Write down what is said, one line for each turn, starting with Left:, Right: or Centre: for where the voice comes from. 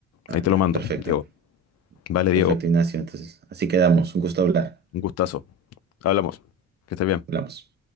Right: Ah,
Left: ahí te lo
Right: ya,
Left: mando,
Right: perfecto,
Left: Diego. Vale, Diego.
Right: perfecto, Ignacio. Entonces, así quedamos. Un gusto hablar.
Left: Un gustazo. Hablamos. Que estés bien.
Right: Hablamos.